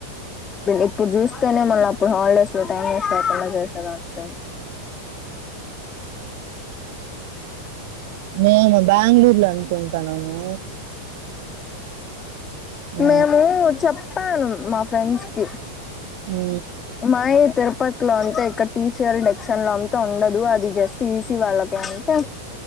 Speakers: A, on the left (about 20°); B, on the right (about 50°).
A: ఇప్పుడు చూస్తేనే మళ్ళ అ ఇప్పుడు హాలిడేస్ లో టైం వేస్ట్ ఐపోలా చేసేదానికా
B: మేము బెంగళూరు లో ఉం ఉంటన్నాము ఆ
A: మేము చెప్ ప్పాను మా ఫ్రెండ్స్కి
B: ఉ
A: మాయ తిరుపతిలో అంటే ఇక్కడ టీ సీ ఎల్ డెక్షన్ లో అంతా ఉండదు. అది జస్ట్ ఈ సీఈ వాళ్ళకే అంటే